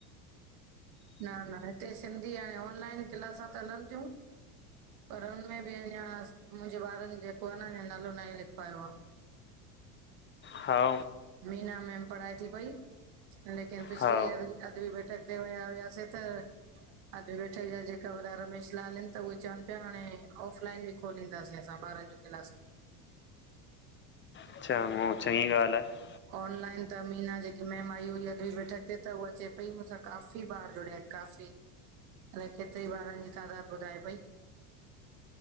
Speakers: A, on the right (about 75°); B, on the left (about 25°).
A: न न हिते सिंधी हाणे ऑनलाइन क्लासां त हलनि थयूं। पर हुनमें बि अञा मुंहिंजे ॿारनि जेको आह न अञा नालो न ई लिख वायो आह।
B: हा।
A: मीना मैम पढ़ाई थी पई लेकिन पिछली
B: हा
A: अ अगली बैठक हुते विया वयासीं त अॼु वेठे जा ॼेका वॾा रमेश लाल आहिनि, त उवे चवनि पिया हाणे ऑफ़ लाइन बि खोलींदासीं असां ॿारनि जूं क्लासू।
B: अच्छा हुअ चङी गाल्हि आहे।
A: ऑनलाइन त मीना ॼेकी मेम आई हुई अॼु ही बैठक ते त उहा चए पई मूंसां काफ़ी ॿार जुड़या आहिनि। काफ़ी अलाए केतिरी ॿारन जी तादादु ॿुधाए पई।